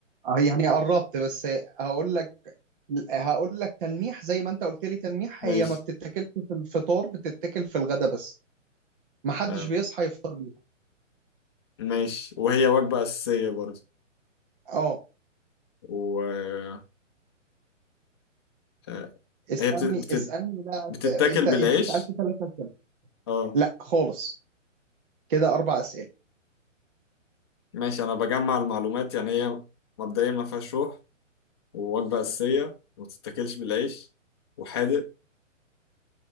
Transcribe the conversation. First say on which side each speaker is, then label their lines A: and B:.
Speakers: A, on the right; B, on the left.
A: آه، يعني قربت بس هقول لك هقول لك تلميح زي ما انت قلت لي تلميح
B: ماشي
A: هي ما بتتاكلش في الفطار بتتاكل في الغدا بس ما حدش
B: آه
A: بيصحى يفطر بيها
B: ماشي وهي وجبة أساسية برضه
A: اه
B: و آه
A: اسالني
B: هي بت... بت...
A: اسالني بقى
B: بتتاكل
A: انت انت
B: بالعيش
A: سالت ثلاثة اسئله
B: اه
A: لا خالص كده اربع اسئله
B: ماشي أنا بجمع المعلومات يعني هي مبدئيا ما فيهاش روح ووجبة أساسية وما تتاكلش بالعيش وحادق